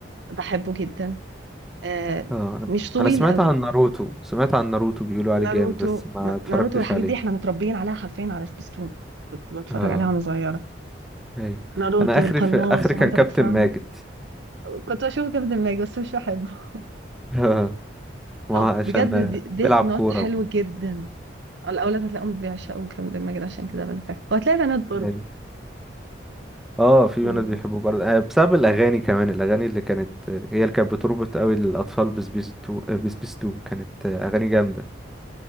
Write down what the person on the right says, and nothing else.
بحبه جدا أه
مش طويل
قوي
ناروتو
نا-
ناروتو والحاجات
دي احنا متربيين عليها حرفيا على سبيستون كنت بتفرج
عليها وانا صغيره
ناروتو
والقناص
وهانتر
اكس هانتر
كنت بشوف كابتن ماجد بس مش بحبه <laughs>
طب
بجد ديث
نوت
حلو
جدا الاولاد هتلاقيهم بيعشقوا كابتن ماجد عشان كده بقى فاهم وهتلاقي بنات
برضه
مم.